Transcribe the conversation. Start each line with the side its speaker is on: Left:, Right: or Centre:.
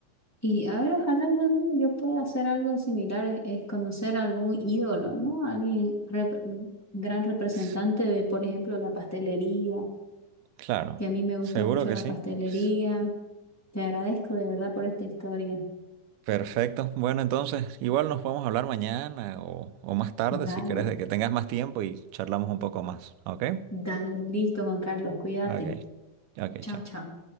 Centre: y a ver, ojalá algún día yo pueda hacer algo similar, e- es conocer algún ídolo, ¿no? Alguien rep- gran representante
Right: S-
Centre: de, por ejemplo, la pastelería
Right: Claro,
Centre: que a mí me gusta
Right: seguro
Centre: mucho
Right: que
Centre: la
Right: sí.
Centre: pastelería.
Right: S-
Centre: Te agradezco de verdad por esta historia.
Right: Perfecto. Bueno, entonces, igual nos podemos hablar mañana o, o más tarde
Centre: Dale,
Right: si quieres, de que tengas más tiempo y charlamos un poco más, ¿ok?
Centre: dale, listo, Juan Carlos, cuídate.
Right: Ok, ok,
Centre: Chao,
Right: chao.
Centre: chao.